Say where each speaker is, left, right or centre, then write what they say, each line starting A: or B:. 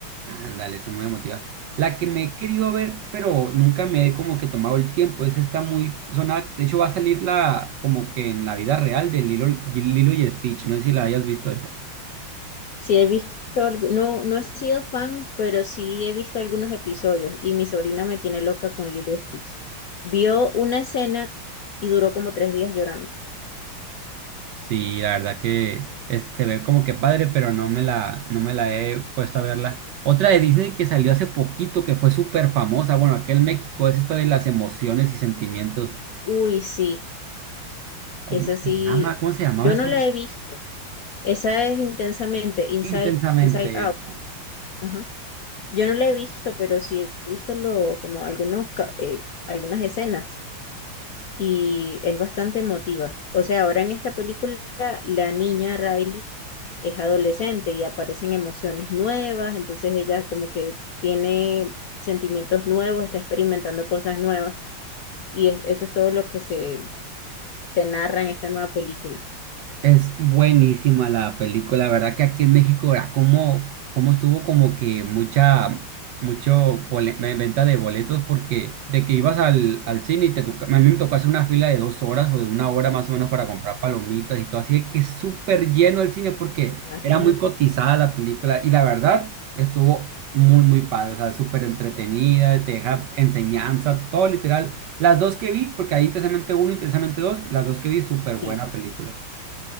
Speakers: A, on the right (about 70°); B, on the left (about 70°).
A: Ándale, son muy motiva. La que me he querido ver, pero nunca me he como que tomado el tiempo. Es está muy sonada. De hecho, va a salir la como que en la vida real de Lilo, Lilo y Stitch. No sé si la hayas visto esa.
B: Sí, he visto, algu- no, no he sido fan, pero sí he visto algunos episodios y mi sobrina me tiene loca con Lilo y Stitch. Vio una escena y duró como tres días llorando.
A: Sí, la verdad que es- se ve como que padre, pero no me la, no me la he puesto a verla. Otra de Disney que salió hace poquito, que fue súper famosa, bueno, aquí en México, es esta de las emociones y sentimientos.
B: Uy, sí,
A: ¿Cómo
B: esa
A: se
B: sí,
A: llama? ¿Cómo se llamaba
B: yo
A: esa?
B: no la he visto. Esa es intensamente Inside,
A: Intensamente
B: Inside Out.
A: esta.
B: Ajá. Yo no la he visto, pero sí he visto lo, como algunos, ca- eh, algunas escenas y es bastante emotiva. O sea, ahora en esta película la niña Riley es adolescente y aparecen emociones nuevas, entonces ella como que tiene sentimientos nuevos, está experimentando cosas nuevas y es- eso es todo lo que se, se narra en esta nueva película.
A: Es buenísima la película, la verdad que aquí en México era como, como estuvo como que mucha, mucho pole- ve- venta de boletos porque de que ibas al, al cine y te toca, a mí me tocó hacer una fila de dos horas o de una hora más o menos para comprar palomitas y todo, así de que súper lleno el cine porque
B: Imagínate.
A: era muy cotizada la película y la verdad estuvo muy, muy padre, o sea, súper entretenida, te deja enseñanza, todo literal. Las dos que vi, porque hay intensamente uno, intensamente dos, las dos que vi, súper buena
B: Sí,
A: película.